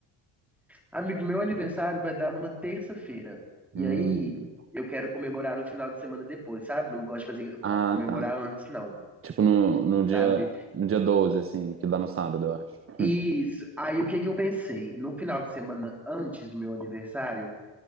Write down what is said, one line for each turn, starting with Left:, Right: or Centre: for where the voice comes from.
Centre: Amigo, meu aniversário vai dar numa terça-feira.
Right: Hum.
Centre: E aí eu quero comemorar no final de semana depois, sabe? Não gosto de fazer
Right: Ah,
Centre: comemorar
Right: tá.
Centre: antes, não.
Right: Tipo no, no
Centre: Sabe?
Right: dia, no dia 12, assim, que dá no sábado, eu acho.
Centre: E
Right: Hum.
Centre: s- aí o que que eu pensei? No final de semana antes do meu aniversário,